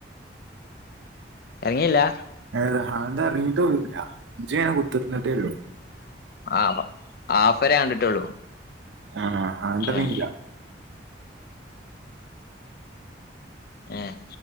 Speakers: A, on the left; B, on the right.
A: ഇറങ്ങീല്ല
B: <unintelligible> ഇറങ്ങിയിട്ട് പോലുമില്ല <unintelligible> കുത്തീരുന്നിട്ടെ ഒള്ളു
A: ആഹ് ആഫരേ കണ്ടിട്ടുള്ളൂ
B: ആഹ് ഹാന്ററിങ്
A: ഏഹ്
B: ഇല്ലാ
A: ഏഹ്